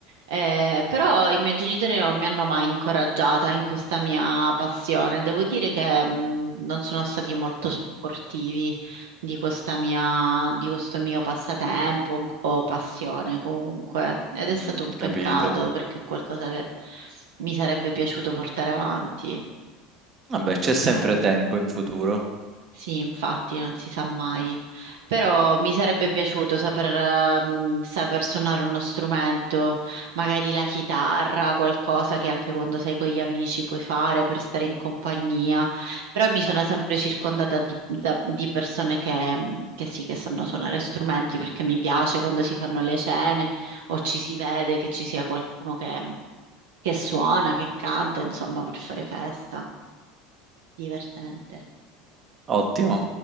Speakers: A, on the right (about 65°); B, on the right (about 35°).
A: Eh, però i miei genitori non mi hanno mai incoraggiata in questa mia passione. Devo dire che mh, non sono stati molto supportivi di questa mia- di questo mio passatempo o passione comunque, ed
B: Mm,
A: è stato un peccato
B: capito.
A: perché è qualcosa che mi sarebbe piaciuto portare avanti,
B: Vabbè, c'è sempre
A: però.
B: tempo in futuro.
A: Sì, infatti, non si sa mai. Però mi sarebbe piaciuto saper, ehm, saper suonare uno strumento, magari la chitarra, qualcosa che anche quando sei con gli amici puoi fare per stare in compagnia. Però mi sono sempre circondata di, da- di persone che, mm, che sì, che sanno suonare strumenti perché mi piace quando si fanno le cene o ci si vede che ci sia qualcuno che che suona, che canta, insomma, per fare festa. Divertente.
B: Ottimo.